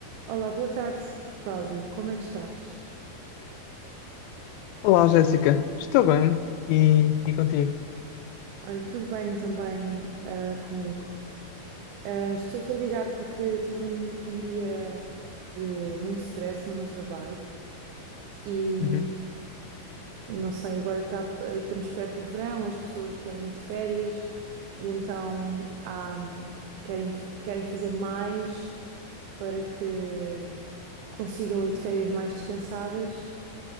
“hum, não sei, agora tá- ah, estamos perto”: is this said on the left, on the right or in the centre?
Right